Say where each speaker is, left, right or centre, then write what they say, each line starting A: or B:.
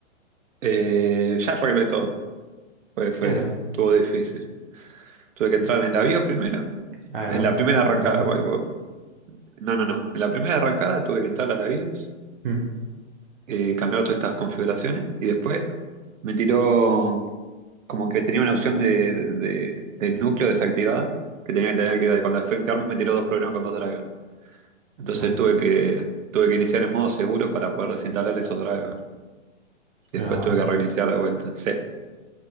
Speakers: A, on the right; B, on the right.
A: Eh, ya arreglé todo. Fue, fue,
B: ¿Qué era?
A: estuvo difícil. Tuve que entrar en la BIOS primero.
B: Ahí
A: En
B: va,
A: la primera arrancada.
B: otra vez.
A: voy- voy- No, no, no. En la primera arrancada tuve que entrar a la BIOS,
B: Hmm,
A: eh, cambiar todas estas configuraciones y después me tiró. Como que tenía una opción de, de, del núcleo desactivada, que tenía que tener activada. Y cuando Effect Arm me tiró dos problemas con dos drivers. Entonces
B: uh,
A: tuve que, tuve que iniciar en modo seguro para poder desinstalar esos drivers. Y
B: qué
A: después
B: garrón.
A: tuve que reiniciar de vuelta. Sí,